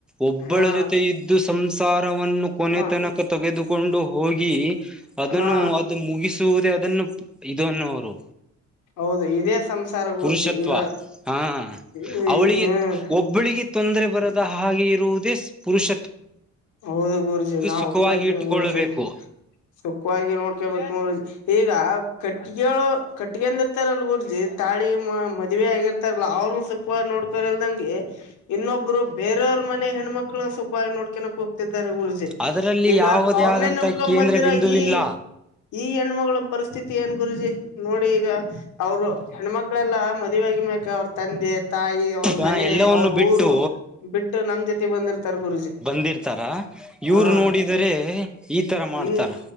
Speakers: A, in the centre; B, on the left (about 80°).
A: ಒಬ್ಬಳ
B: ಹಾ
A: ಜೊತೆ ಇದ್ದು ಸಾರವನ್ನು ಕೊನೆ
B: ಮ
A: ತನಕ ತೆಗೆದುಕೊಂಡು ಹೋಗಿ ಅದನ್ನು
B: ಹಾ
A: ಅದು ಮುಗಿಸುವುದೇ ಅದನ್ನು ಇದು ಅನ್ನುವರು
B: ಹೌದು ಇದೇ ಸಂಸಾರ ಗುರುಜಿ
A: ಪುರುಷತ್ವ
B: ಈಗ
A: ಹಾ
B: ಹ್ಮ್
A: ಅವಳಿಗೆ ಒಬ್ಬಳಿಗೆ ತೊಂದರೆ ಬರದ ಹಾಗೆ ದ ಪುರುಷ
B: ಹೌದು ಗುರುಜಿ ನಾ್
A: ಸುಖವಾಗಿ
B: ಒಪ್ಕೊಂತೇನೆಿ
A: ಇಟ್ಟುಕೊಳ್ಳಬೇಕು
B: ಗುರುಜಿ ಸಖವಾಗಿ ನೋಡ್ಕೋಬೇಕು ನೋ ಈಗ ಕಟ್ಟಿಗೆಳ ಕಟ್ಟಿಗೆ ಅಂದ ಇರ್ತಾರಲ್ ಗುರ್ಜಿ ತಾಳಿ ಮದುವೆ ಆಗಿರ್ತಾರಲ್ಲ ಅವ ಅವ ಸುಖವಾಗಿ ನೋಡ್ಕಲ್ದಂಗೆ ಇನ್ನೊಬ್ರು ಬೇರವ ಮನೆ ಹೆಣ್ಮಕ್ಳ ಸುಖವಾಗಿ ನೋಡ್ ಕನೋ ಕೊತ ಗುರುಜಿ
A: ಅದರಲ್ಲಿ
B: ಈಗ
A: ಯಾವುದೇ
B: ಅವ್ರನ್ನೇ
A: ಆದಂತ
B: ನಂಬಕೊಂಡ್
A: ಕೇಂದ್ರ
B: ಬಂದಿರ
A: ಬಿಂದುವಿಲ್ಲ
B: ಈ ಈ ಹೆಣ್ಮಗಳು ಪರಿಸ್ಥಿತಿ ಏನ್ ಗುರುಜಿ ನೋಡಿ ಈಗ ಅವ್ರು ಹೆಣ್ಮಕ್ಳೆಲ್ಲ ಮದುವೆಗ ಮಕ್ ಅವ್ರ ತಂದೆ ತಾಯಿ ಅವ್ರ
A: ಹ
B: ಮನೆ
A: ಎಲ್ಲವನ್ನು
B: ಅವ್ರ
A: ಬಿಟ್ಟು
B: ಊರು ಬಿಟ್ಟು ನಮ್ ಜೊತೆ ಬಂದಿರ್ತಾರ ಗುರುಜಿ
A: ಬಂದಿರ್ತಾರ
B: ಹಾ
A: ಇವ್ರು ನೋಡಿದರೆ ಈ ತರ ಮಾಡ್ತಾರ
B: ಹನ್